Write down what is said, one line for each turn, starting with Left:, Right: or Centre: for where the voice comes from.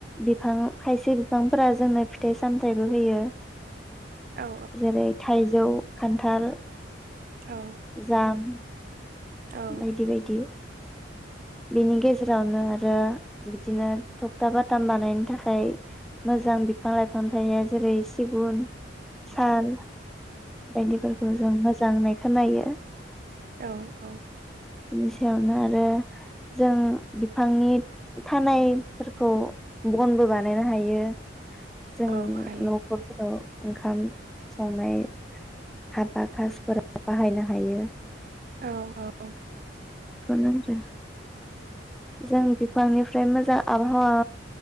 Centre: बिफां खायसे बिफांफोरा जोंनो फिथाइ सामथाइबो होयो।
Right: औ
Centre: जेरै थाइजौ खान्थाल
Right: औ
Centre: जाम
Right: औ
Centre: बायदि बायदि। बिनि गेजेरावनो आरो बिदिनो थखथा बाथाम बानायनो थाखाय मोजां बिफां लाइफां थायो जेरै सिगुन, साल बायदिफोरखौ जों मोज जांनाय खोनायो।
Right: औ औ
Centre: बिनि सायावनो आरो जों बिफांनि थानायफोरखौ बनबो बानायनो हायो। जोंनि
Right: औ हायो
Centre: नखरफोराव ओंखाम संनाय हाबा खाजफोराव बाहायनो हायो।
Right: औ औ
Centre: खोनो होदो जों बिफांनिफ्राय मोजां आबहावा